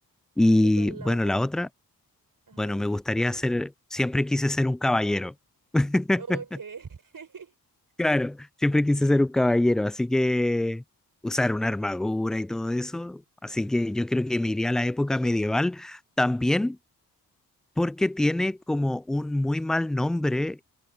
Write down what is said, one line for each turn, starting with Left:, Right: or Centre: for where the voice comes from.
Centre: Y
Right: ¿Y cuál es
Centre: bueno,
Right: la otra?
Centre: la otra,
Right: Ajá.
Centre: bueno, me gustaría ser, siempre quise ser un caballero. <laughs>
Right: Ok. <laughs>
Centre: Claro, siempre quise ser un caballero, así que usar una armadura y todo eso. Así que yo creo que me iría a la época medieval también porque tiene como un muy mal nombre